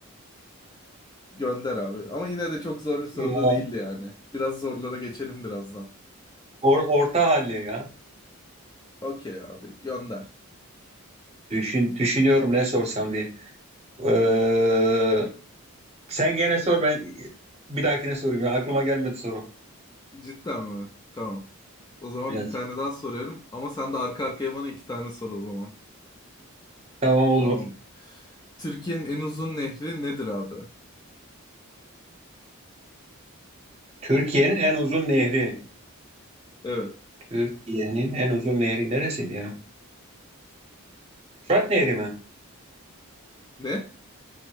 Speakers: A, on the left (about 20°); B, on the right (about 30°).
A: Gönder abi. Ama yine de çok zor bir soru
B: Ya.
A: da değildi yani. Biraz zorlara geçelim birazdan.
B: Or- orta halli ya.
A: Okey abi gönder.
B: Düşün, düşünüyorum ne sorsam diye. Ee, sen gene sor ben bir dahakine sorayım. ya. Aklıma gelmedi soru.
A: Cidden mi? Tamam. O zaman
B: Evet.
A: bir tane daha soruyorum ama sen de arka arkaya bana iki tane sor o zaman.
B: Tamam olur.
A: Tamam. Türkiye'nin en uzun nehri nedir abi?
B: Türkiye'nin en uzun nehri.
A: Evet.
B: Türkiye'nin en uzun nehri neresiydi ya? Fırat Nehri mi?
A: Ne?